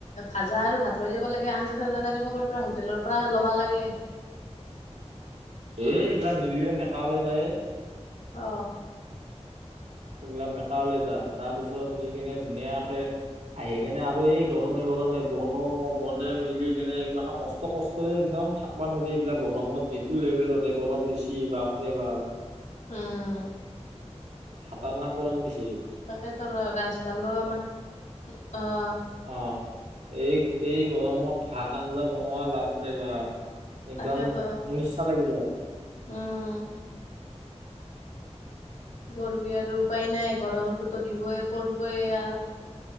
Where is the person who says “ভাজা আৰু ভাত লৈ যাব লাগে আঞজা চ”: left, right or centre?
Left